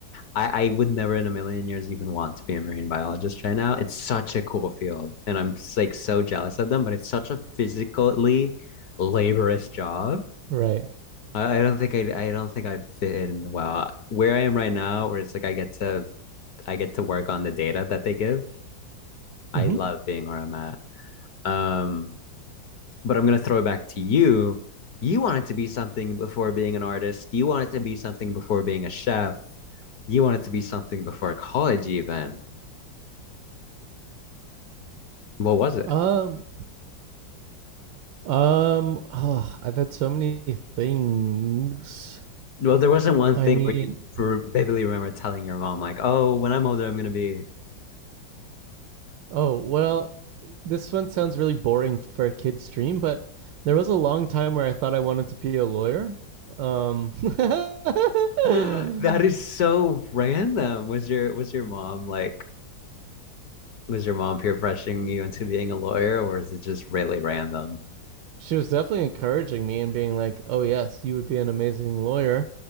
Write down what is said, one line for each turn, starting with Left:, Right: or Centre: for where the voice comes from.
Left: I, I would never in a million years even want to be a marine biologist right now. It's such a cool field, and I'm like so jealous of them. But it's such a physically laborious job.
Right: Right.
Left: I don't think I'd, I don't think I'd fit in well where I am right now, where it's like I get to I get to work on the data that they give. I
Right: hmm
Left: Mhm. love being where I'm at. Um, but I'm gonna throw it back to you. You wanted to be something before being an artist. You wanted to be something before being a chef. You wanted to be something before college, even. What was it?
Right: Um. Um. ugh, I've had so many things.
Left: Well, there wasn't one
Right: I
Left: thing
Right: mean,
Left: where you for vividly remember telling your mom like, "Oh, when I'm older, I'm gonna be." <laughs>
Right: oh well. This one sounds really boring for a kid's dream, but there was a long time where I thought I wanted to be a lawyer. Um. <laughs>
Left: <gasps> That is so random. Was your was your mom like was your mom peer pressuring you into being a lawyer, or is it just really random?
Right: she was definitely encouraging me and being like, "Oh yes, you would be an amazing lawyer,"